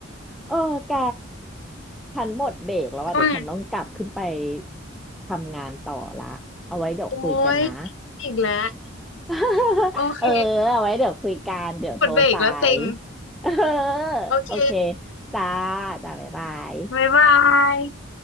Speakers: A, in the centre; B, on the left (about 70°).
A: เออแกฉันหมดเบรกแล้วอ่ะเดี๋ยวฉันต้องกลับขึ้นไป
B: ก็ไง
A: ทำงานต่อละเอาไว้เดี๋ยวคุยกันนะ
B: โอ้ยอีกแล้ว
A: <laughs>
B: โอเค
A: เออเอาไว้เดี๋ยวคุยกันเดี๋ยวโทรไป
B: กดเบรกแล้วเซ็ง
A: <laughs> เออ
B: โอเค
A: โอเคจ้าจ้าบ๊ายบาย
B: บ๊ายบาย